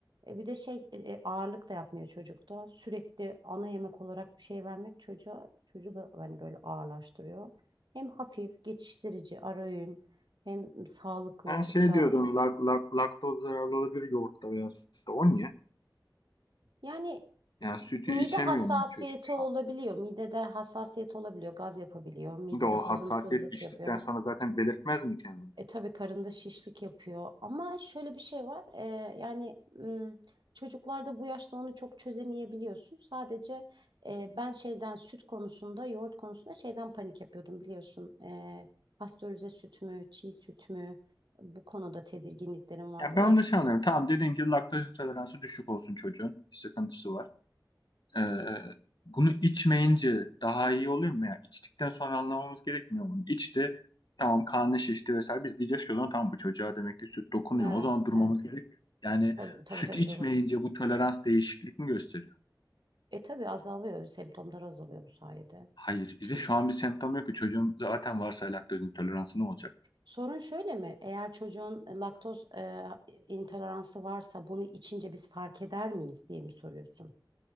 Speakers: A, on the right (about 70°); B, on the left (about 65°).
A: E, bir de şey e, e, ağırlık da yapmıyor çocukta. Sürekli ana yemek olarak bir şey vermek çocuğa çocuğu da hani böyle ağırlaştırıyor. Hem hafif, geçiştirici, ara öğün hem sağlıklı,
B: Ben
A: çok
B: şey
A: sağlıklı.
B: diyordum lak, lak, laktoz zararlı olabilir yoğurtta veya sütte. O niye?
A: Yani
B: Yani sütü
A: mide
B: içemiyor
A: hassasiyeti
B: mu bu çocuk şu
A: olabiliyor.
B: an?
A: Midede hassasiyet olabiliyor. Gaz yapabiliyor. Midede
B: Bir de o
A: hazımsızlık
B: hassasiyet içtikten
A: yapıyor.
B: sonra zaten belirtmez mi kendini?
A: E tabii karında şişlik yapıyor. Ama şöyle bir şey var. e, yani m, çocuklarda bu yaşta onu çok çözemeyebiliyorsun. Sadece e, ben şeyden süt konusunda, yoğurt konusunda şeyden panik yapıyordum biliyorsun. E, pastörize süt mü, çiğ süt mü? Bu konuda tedirginliklerim vardı.
B: Ya ben
A: Lak-
B: onu da şey anlıyorum. Tamam dediğin gibi laktoz intoleransı düşük olsun çocuğun. Bir sıkıntısı var. Ee, bunu içmeyince daha iyi oluyor mu ya? İçtikten sonra anlamamız gerekmiyor mu? İçti. Tamam karnı şişti vesaire. Biz diyeceğiz ki o zaman tamam bu çocuğa demek ki süt dokunuyor.
A: evet,
B: O zaman durmamız
A: evet.
B: gerek. Yani
A: Tabii tabii,
B: süt
A: tabii
B: içmeyince bu tolerans değişiklik mi gösteriyor?
A: E tabii azalıyor, semptomlar azalıyor bu sayede.
B: Hayır.
A: İçim
B: Bir de şu
A: için.
B: an bir semptom yok ki çocuğun zaten varsa laktoz intoleransı ne olacak?
A: Sorun şöyle mi? Eğer çocuğun e, laktoz e, intoleransı varsa bunu içince biz fark eder miyiz diye mi soruyorsun?